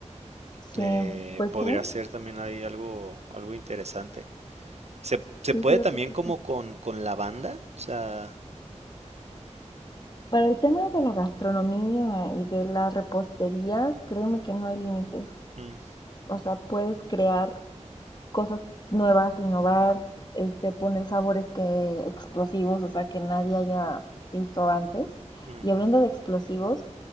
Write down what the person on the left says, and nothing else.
Sí, pues
sí,
sí,
fíjate
que
sí.
Para el tema de la gastronomía y de la repostería, créeme que no hay límites.
O sea, puedes crear cosas nuevas, innovar, este, poner sabores que explosivos, o sea, que nadie haya visto antes.
Y hablando de explosivos,